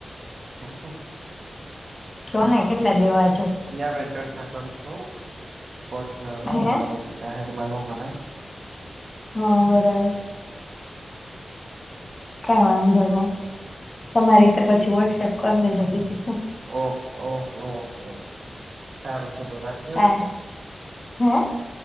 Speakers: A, on the right; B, on the left.
A: ત સું.
B: કેને કેટલા દેવા જોઈ?
A: એ આપે ચર્ચા કરશું પર્સનલમાં,
B: હે
A: આ બધ જાહેરમ ન કરાય.
B: હા બરાબર. કઈ વાંધો નહી. તમારી તો પછી વોટ્સઅપ કરી દેજો બીજું શું.
A: ઓકે ઓકે ઓકે ઓકે સારું ચલો રાખ.
B: હા, હે?